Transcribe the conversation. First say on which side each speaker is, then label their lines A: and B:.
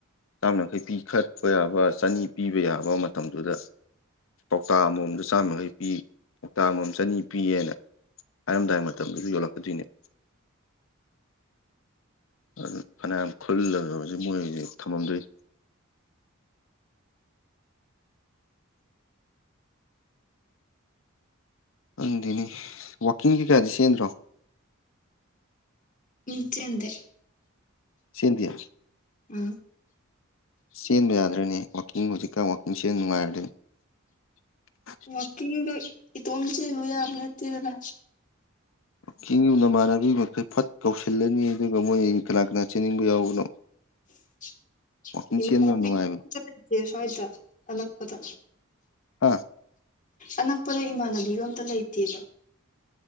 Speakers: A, on the left; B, on the left.
A: ꯆꯥꯝ ꯌꯥꯡꯈꯩ ꯄꯤꯈꯠꯄ ꯌꯥꯕ ꯆꯅꯤ ꯄꯤꯕ ꯌꯥꯕ ꯃꯇꯝꯗꯨꯗ ꯀꯧꯇꯥ ꯑꯃꯃꯝꯗ ꯆꯥꯝ ꯌꯥꯡꯈꯩ ꯄꯤ ꯀꯧꯇꯥ ꯑꯃꯃꯝ ꯆꯅꯤ ꯄꯤꯌꯦꯅ ꯍꯥꯏꯔꯝꯗꯥꯏ ꯃꯇꯝꯗꯨꯗ ꯌꯣꯜꯂꯛꯀꯗꯨꯏꯅꯦ <inaudible> ꯑꯗꯨ ꯐꯅꯌꯥꯝ ꯈꯨꯜꯂꯒ ꯍꯨꯖꯤꯛ ꯃꯣꯏꯒꯤ ꯊꯝꯃꯝꯗꯣꯏ ꯑꯪꯗꯦꯅꯦ ꯋꯥꯛꯀꯤꯡ ꯀꯩꯀꯥꯗꯤ ꯆꯦꯟꯗ꯭ꯔꯣ
B: ꯎꯝ ꯆꯦꯟꯗꯦ
A: ꯆꯦꯟꯗꯤꯌꯦ
B: ꯎꯝ
A: ꯆꯦꯟꯕ ꯌꯥꯗ꯭ꯔꯅꯦ ꯋꯥꯛꯀꯤꯡ ꯍꯧꯖꯤꯛꯀꯥꯟ ꯋꯥꯛꯀꯤꯡ ꯆꯦꯟ ꯅꯨꯡꯉꯥꯏꯔꯗꯨꯗꯤ <inaudible>
B: ꯋꯥꯛꯀꯤꯡꯗꯣ ꯏꯇꯣꯝ ꯆꯦꯜꯂꯨ ꯌꯥꯕ ꯅꯠꯇꯦꯗꯅ
A: ꯀꯤꯡꯕꯨ ꯅꯃꯥꯟꯅꯕꯤ ꯃꯈꯩ ꯐꯠ ꯀꯧꯁꯤꯜꯂꯅꯤ ꯑꯗꯨꯒ ꯃꯣꯏ ꯀꯅꯥ ꯀꯅꯥ ꯆꯦꯟꯅꯤꯡꯕ ꯌꯥꯎꯕꯅꯣ
B: <unintelligible>
A: ꯋꯥꯛꯀꯤꯡ ꯆꯦꯟꯕ ꯌꯥꯝ ꯅꯨꯡꯉꯥꯏꯕꯅꯤ
B: ꯁ꯭ꯋꯥꯏꯗ ꯑꯅꯛꯄꯗ
A: ꯍꯥꯥ
B: ꯑꯅꯛꯄꯗ ꯏꯃꯥꯟꯅꯕꯤꯒ ꯑꯝꯇ ꯂꯩꯇꯦꯕ